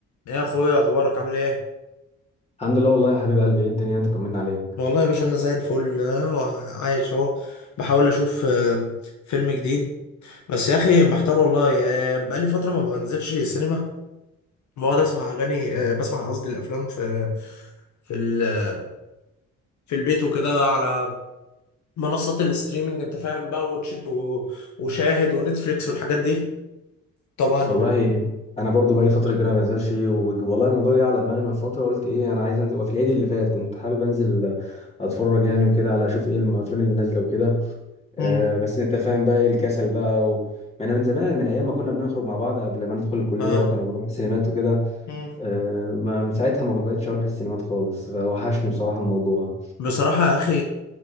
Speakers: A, on the left; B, on the left.
A: يا اخويا اخبارك عامل ايه
B: الحمد لله والله يا حبيب قلبي ايه الدنيا انت طمنا عليك
A: والله يا باشا انا زي الفل آه، عايش اهو بحاول اشوف آه، فيلم جديد بس يا اخي محتار والله آه، بقالي فتره ما بنزلش السينما بقعد اسمع اغاني آه، بسمع قصدي الافلام في في ال- في البيت وكده على منصات الاستريمنج انت فاهم بقى واتشيت و- وشاهد ونتفليكس والحاجات دي طبعا
B: والله انا برضو بقالي فتره كبيره ما بنزلش وج- والله الموضوع جه على دماغي من فتره قلت ايه انا عايز انزل وفي العيد اللي فات كنت حابب انزل اتفرج يعني وكده على اشوف ايه الافلام اللي نازله وكده آه
A: مم.
B: بس انت فاهم بقى ايه الكسل بقى و... ما انا من زمان من ايام ما كنا بنخرج مع بعض قبل ما ندخل الكليه
A: اه
B: وكنا بنروح السينمات وكده
A: مم.
B: آه ما من ساعتها ما بقتش اروح السينمات خالص فوحشني بصراحه الموضوع
A: بصراحه يا اخي